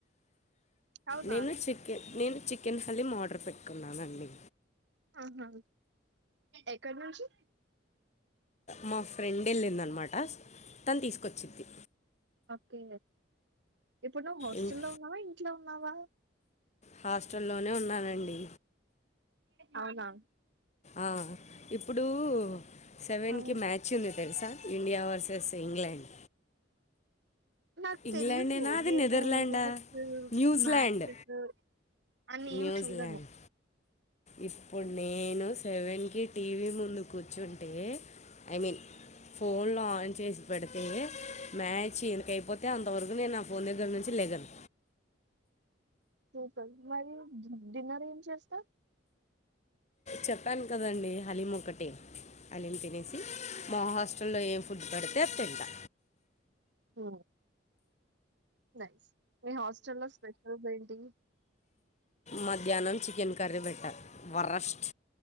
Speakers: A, on the right (about 70°); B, on the left (about 35°).
A: అవునా
B: నేను చికెన్ నేను చికెన్ హలీం ఆర్డర్ పెట్టుకున్నానండి
A: ఆహా ఎక్కడ నుంచి
B: మా ఫ్రెండ్ వెళ్ళిందనమాట తను తీసుకొచ్చింది
A: కే ఇప్పుడు నువ్ హాస్టల్లో
B: ఇం-
A: ఉన్నావా ఇంట్లో ఉన్నావా
B: హాస్టల్లోనే ఉన్నానండి
A: అవునా
B: ఆ ఇప్పుడు సెవెన్
A: ఆ
B: కి మ్యాచ్ ఉంది తెలుసా ఇండియా వర్సెస్ ఇంగ్లాండ్
A: నాకు
B: ఇంగ్లాండేనా
A: తెలీదు
B: అది
A: నేను
B: నెదర్లాండా
A: న్యూస్
B: న్యూజిలాండ్
A: మ్యాచెస్ అని ఏం
B: న్యూజిలాండ్
A: చూడను
B: ఇప్పుడు నేను సెవెన్ కి టీవీ ముందు కూర్చుంటే ఐ మీన్ ఫోన్ లో ఆన్ చేసి పెడితే మ్యాచ్ ఎంతకయిపోతే అంతవరకు నేను పన్గ నుంచి లేెగన్
A: క మరి డిన్నర్ ఏం చేస్తారు
B: చెప్పాను కదండి హలీం ఒక్కటి అది తినేసి మా హాస్టల్లో ఏం ఫుడ్ పెడితే అది తింటా
A: ఓ నైస్ మీ హాస్టల్లో స్పెషల్ ఏంటి
B: మధ్యాహ్నం చికెన్ కర్రీ పెట్టారు వరస్ట్